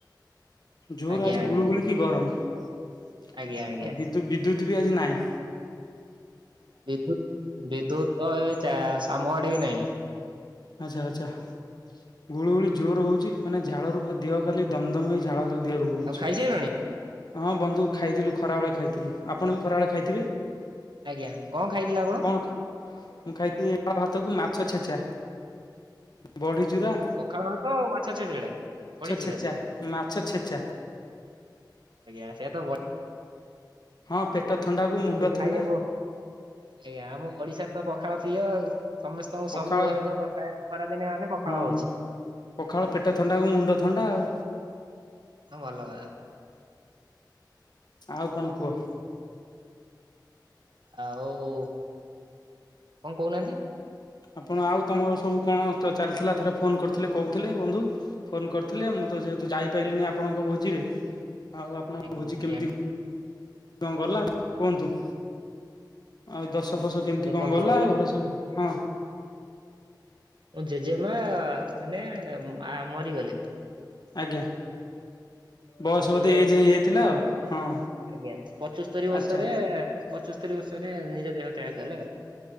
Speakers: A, on the left; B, on the right.
A: ଜୋର
B: ଆଜ୍ଞା
A: ଆଜି
B: ଆଜ୍ଞା
A: ଗୁଳୁଗୁଳି। କି ଗରମ ଆଉ
B: ଆଜ୍ଞା ଆଜ୍ଞା
A: ବିଦ୍ୟୁ ବିଦ୍ୟୁତ ବି ଆଜି ନାଇଁ।
B: ବିଦ୍ୟୁତ ବିଦ୍ୟୁତ ତ ଏବେ ସାମ ଆଡେ ବି ନାହିଁ।
A: ଆଚ୍ଛା ଆଚ୍ଛା। ଗୁଲୁଗୁଳି ଜୋର ହଉଛି ମାନେ ଝାଳ ରୁ ଦେହ ଖାଲି ଦମ ଦମ ହେଇ ଝାଳ ଖାଲି ଦେହରୁ ବଉଛି।
B: ଆଉ ଖାଇସାରିଲଣି
A: ହଁ ବନ୍ଧୁ ଖାଇଥିଲୁ ଖରାବେଳେ ଖାଇଥିଲୁ ଆପଣ ବି ଖରାବେଳେ ଖାଇଥିବେ।
B: ଆଜ୍ଞା କଣ ଖାଇଥିଲା ଆପଣ?
A: କଣ ମୁଁ ଖାଇଥିଲି ପଖାଳ ଭାତକୁ ମାଛ ଛେଚା ବଢ଼ି ଚୂୁରା
B: ପଖାଳ ଭାତ ଆଉ ମାଛ ଚେଚେଡା ବଡି ଚୁଡା
A: ଛେଚା ମାଛ ଛେଚା
B: ଆଜ୍ଞା ସେ ତ
A: ହଁ ପେଟ ଥଣ୍ଡାକୁ
B: ବଢିଆ ଲାଗେ
A: ମୁଣ୍ଡ
B: ଖାଇବାକୁ
A: ଥଣ୍ଡା।
B: ଆଜ୍ଞା ଆମ ଓଡିଶାରେ ତ ପଖାଳ ପ୍ରିୟ ଆଉ ସମସ୍ତଙ୍କୁ
A: ପଖାଳ
B: ସବୁ ଘରେ ତ ପ୍ରାୟତ ଖରା ଦିନେ ମାନେ ପଖାଳ
A: ହଁ
B: ହଉଛି।
A: ପଖାଳ ପେଟ ଥଣ୍ଡା ଆଉ ମୁଣ୍ଡ ଥଣ୍ଡା ଆଉ।
B: ଭଲ କ
A: ଆଉ କଣ କୁହ?
B: ଆଉ କଣ କହୁନାହାନ୍ତି?
A: ଆପଣ ଆଉ ତମର ସବୁ କଣ ଚାଲିଥିଲା ଥରେ ଫୋନ କରିଥିଲେ କହୁଥିଲେ ବନ୍ଧୁ। ଫୋନ କରିଥିଲେ ମୁଁ ତ ଯେହେତୁ ଯାଇପାରଲିିନି ଆପଣଙ୍କ ଭୋଜିରେ ଆଉ ଆପଣଙ୍କ
B: ଆଜ୍ଞା
A: ଭୋଜି
B: ଆଜ୍ଞା
A: କେମିତି? କଣ ଗଲା କୁହନ୍ତୁ? ଆଉ ଦଶ ଫସ କେମିତି
B: ଦେଖନ୍ତୁ
A: କଣ ଗଲା ଘରେ ସବୁ ହଁ?
B: ଜେଜେମା ମାନେ ମରିଗଲେ।
A: ଆଜ୍ଞା ବସ
B: ଆଉ କିଏ
A: ବୋଧେ ଏଜ ହେଇଯାଇଥିଲା ଆଉ ହଁ
B: ଆଜ୍ଞା ପଞ୍ଚସ୍ତରୀ ବର୍ଷରେ
A: ଆଚ୍ଛା
B: ପଞ୍ଚସ୍ତରୀ ବର୍ଷରେ ନିଜ ଦେହ ତ୍ୟାଗ କଲେ ଆଉ